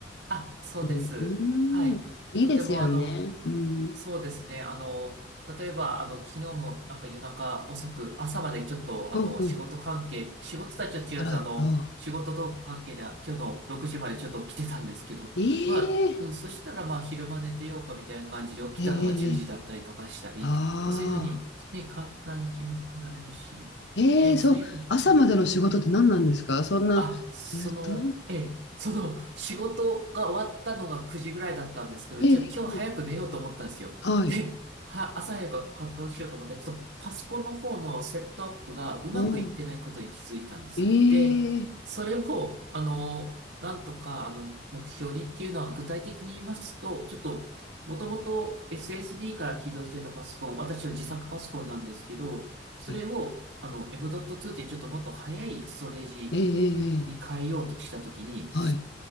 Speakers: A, on the right; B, on the left.
A: あ、
B: っていう。
A: そうです。
B: うん、
A: はい。
B: いいですよね。
A: とてもあの、
B: うん。
A: そうですね。あの、例えば、あの、昨日もなんか夜中遅く、朝までちょっと、
B: うんうん。
A: あの、仕事関係、仕事とはちょっと違うんです。
B: あら、
A: あの、
B: あ、
A: 仕事道具関係で今日の6時までちょっと起きてたんですけど、
B: えええー
A: <laughs> まあ、うん、そしたらまあ、昼間寝てようかみたいな感じで起きたのが10時だったりとかしたり、
B: えーえーああ、
A: そういうふうに、ね、簡単に決められるし、
B: ええそう、
A: ね、そういうふうに、
B: 朝までの仕事って何なんですかそんな、
A: あ、その、
B: ずっと、
A: ええ、その、仕事が終わったのが9時ぐらいだったんですけど、
B: ええ
A: じゃあ今日早く寝ようと思ったんですよ。
B: はい、
A: で、は、朝早く稼働しようと思ったら、ちょっとパソコンの方のセットアップがうまくいってないことに気づいたんです。
B: おー、ええ
A: で、それを、あの、なんとか、あの、目標にっていうのは具体的に言いますと、ちょっと、もともと SSD から起動してたパソコン、私の自作パソコンなんですけど、それを、
B: はい
A: あの、M.2 っていうちょっともっと早いストレージ
B: ええええええ
A: に変えようとしたときに、
B: はい、